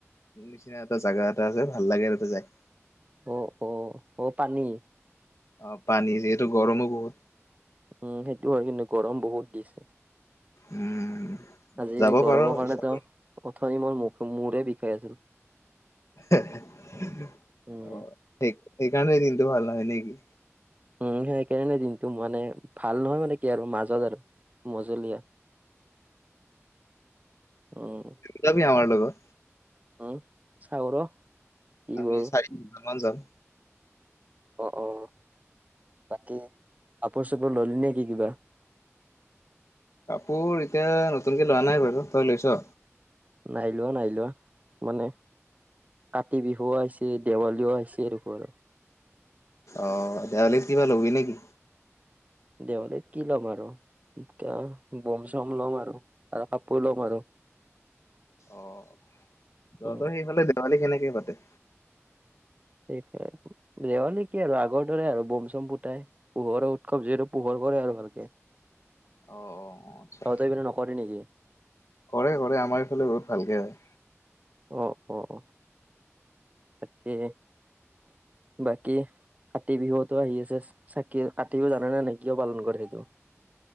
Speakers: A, on the left (about 75°); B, on the right (about 30°).
A: নিচিনা এটা জাগা এটা আছে ভাল লাগে তাতে যায়
B: অহ অহ অহ পানী
A: অহ পানী যিহেতু গৰমো বহুত।
B: উম সেইটো হয় কিন্তু গৰম বহুত দিছে।
A: উম।
B: আজি
A: যাব
B: গৰমৰ
A: পাৰ
B: কাৰণেতো
A: ইচ্ছা কৰিলে
B: অথনিতঝ মোৰ মুখ মূৰে বিষাই‌ আছিল।
A: এইকাৰণে
B: উম
A: দিনটো ভাল নহয় নেকি
B: উম সেইকাৰণে দিনটো মানে ভাল নহয় মানে কি আৰু মাজত আৰু মজলীয়া উম
A: যাবি আমাৰ লগত।
B: উম, চাওঁ ৰ'। কি
A: আমি
B: কৰো
A: চাৰিটামান যাম।
B: অ', অ', বাকী, কাপোৰ চাপোৰ ললি নেকি কিবা?
A: কাপোৰ এতিয়া নতুনকে লোৱা নাই বাৰু, তই লৈছ?
B: নাই লোৱা, নাই লোৱা মানে কাতি বিহুও আহিছে, দেৱালীও আহিছে দেখোন।
A: অ', দেৱালীত কিবা ল'বি নেকি?
B: দেৱালীত কি ল'ম আৰু? তেতিয়া বম চম ল'ম আৰু, আৰু কাপোৰ ল'ম আৰু।
A: অ', তহতৰ
B: উম
A: সেইফালে দেৱালী কেনেকে পাতে?
B: সেই দেৱালি কি আৰু আগৰ দৰে আৰু বম, চম ফুতাই পোহৰৰ উৎসৱ যিহেতু পোহৰ হব দে আৰু ভালকে,
A: অ', অ', অ', আচ্ছা।
B: তহঁতৰ পিনে নকৰে নেকি?
A: কৰে কৰে আমাৰ এইফালে বহুত ভালকে হয়।
B: অ', অ', তাকেই বাকী কাতি বিহুতো আহি আছে, চাকি কাতি বিহু জানা নে নাই কিয় পালন কৰে সেইটো?